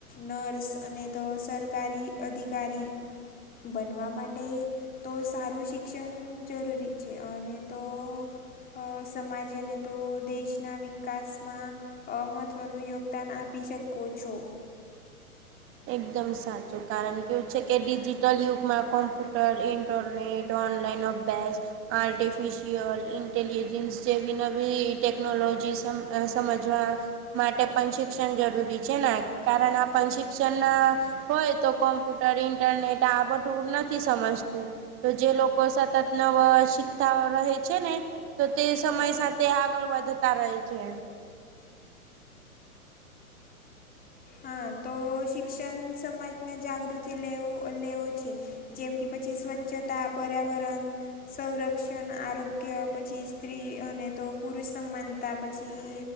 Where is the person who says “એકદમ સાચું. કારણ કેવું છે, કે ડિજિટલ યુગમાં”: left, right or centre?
Right